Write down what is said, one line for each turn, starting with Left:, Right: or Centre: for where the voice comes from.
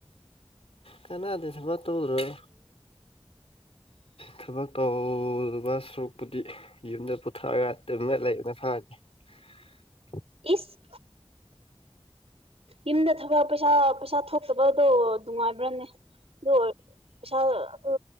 Left: ꯀꯅꯥꯗꯦ ꯊꯕꯛ ꯇꯧꯔꯒꯥ ꯊꯕꯛ ꯇꯧꯗꯕ ꯁꯔꯨꯛꯄꯨꯗꯤ ꯌꯨꯝꯗ ꯄꯨꯊꯔꯒ ꯇꯨꯝꯃ ꯂꯩꯕꯅ ꯐꯅꯤ <unintelligible>
Right: ꯏꯁ ꯌꯨꯝꯗ ꯊꯕꯛ ꯄꯩꯁꯥ ꯄꯩꯁꯥ ꯊꯣꯛꯇꯕꯗꯣ ꯅꯨꯡꯉꯥꯏꯕ꯭ꯔꯥꯅꯦ ꯑꯗꯨ ꯑꯣꯏ ꯄꯩꯁꯥ ꯑꯗꯨ